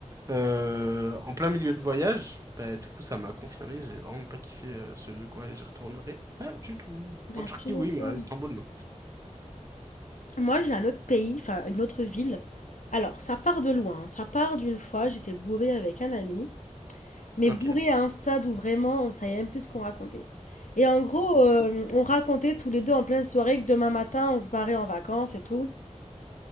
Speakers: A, on the right; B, on the left.
A: euh, en plein milieu de voyage, bah, du coup, ça m'a confirmé. J'ai vraiment pas kiffé euh, ce lieu, quoi, et j'y retournerai pas du tout.
B: Bah,
A: En Turquie,
B: tu m'étonnes.
A: oui, mais à Istanbul, non.
B: Moi, j'ai un autre pays, enfin une autre ville. Alors, ça part de loin. hein. Ça part d'une fois, j'étais bourrée avec un ami, mais
A: Ok.
B: bourrée à un stade où vraiment on savait même plus ce qu'on racontait. Et en gros, euh, on racontait tous les deux en pleine soirée que demain matin, on se barrait en vacances et tout.